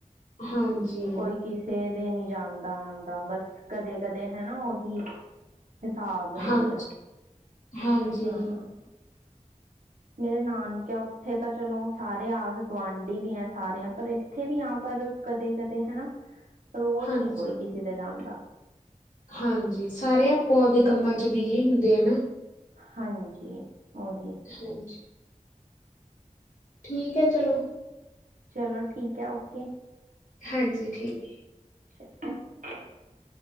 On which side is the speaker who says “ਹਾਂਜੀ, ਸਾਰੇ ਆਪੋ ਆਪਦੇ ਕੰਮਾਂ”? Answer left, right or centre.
Left